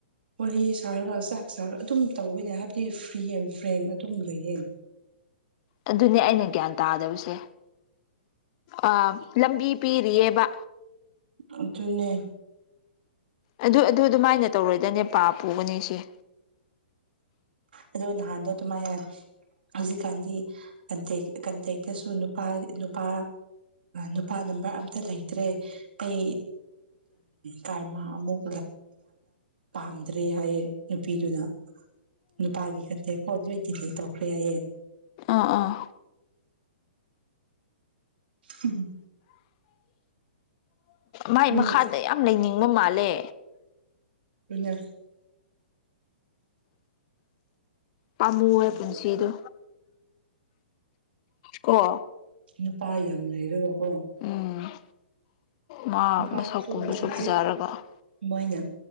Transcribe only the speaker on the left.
ꯑꯗꯨꯅꯦ ꯑꯩꯅ ꯒ꯭ꯌꯥꯟ ꯇꯥꯗꯕꯁꯦ ꯑ ꯂꯝꯕꯤ ꯄꯤꯔꯤꯌꯦꯕ
ꯑꯗꯨ ꯑꯗꯨ ꯑꯗꯨꯃꯥꯏꯅ ꯇꯧꯔꯣꯏꯗꯅꯦ ꯄꯥ ꯄꯨꯒꯅꯤ ꯁꯤꯦ
ꯑꯥ ꯑꯥ
ꯃꯥꯏ
ꯃꯈꯥꯗ ꯌꯥꯝ ꯂꯩꯅꯤꯡꯕ ꯃꯥꯜꯂꯦ
ꯄꯥꯝꯃꯨꯑꯦ ꯄꯨꯟꯁꯤꯗ
ꯀ
ꯎꯝ ꯃꯥ
ꯃꯁꯛꯀꯨꯝꯕꯁꯨ
ꯐꯖꯔꯒ